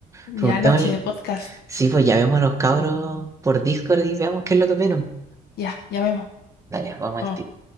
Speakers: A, on the left; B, on the right.
A: Ya,
B: Preguntamos,
A: noche de podcast.
B: sí, pues ya vemos a los cabros por Discord y veamos qué es lo que opinan.
A: Ya, llamemos.
B: Dale, vamos
A: Vamos.
B: al tiro.